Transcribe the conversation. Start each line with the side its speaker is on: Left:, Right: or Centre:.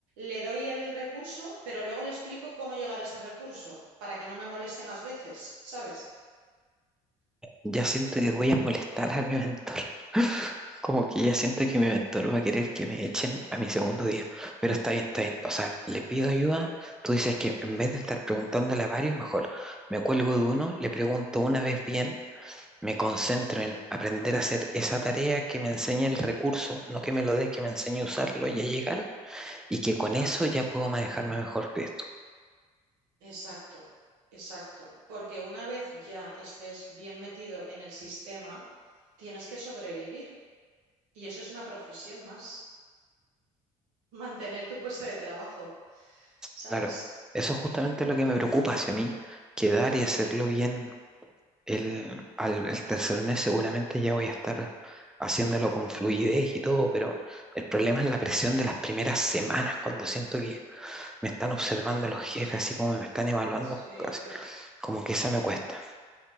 Right: le doy el recurso, pero luego le explico cómo llegar a ese recurso, para que no me moleste más veces, ¿sabes?
Centre: Ya siento que voy a molestar a mi mentor. <laughs> Como que ya siento que mi mentor va a querer que me echen a mi segundo día. Pero está bien, está bien. O sea, le pido ayuda. Tú dices que en vez de estar preguntándole a varios, mejor me cuelgo de uno, le pregunto una vez bien, me concentro en aprender a hacer esa tarea que me enseña el recurso, no que me lo dé, que me enseñe a usarlo y a llegar, y que con
Right: Claro,
Centre: eso ya puedo manejarme mejor que esto.
Right: exacto, exacto. Porque una vez ya estés bien metido en el sistema, tienes que sobrevivir. Y eso es una profesión más, mantener tu puesto de trabajo, ¿sabes?
Centre: Claro, eso es justamente lo que me preocupa hacia mí, quedar y hacerlo bien. El, al, el tercer mes seguramente ya voy a estar haciéndolo con fluidez y todo, pero el problema es la presión de las primeras semanas, cuando siento que me están observando los jefes, así como me están evaluando,
Right: Sí,
Centre: casi,
Right: pe-
Centre: como que esa me cuesta.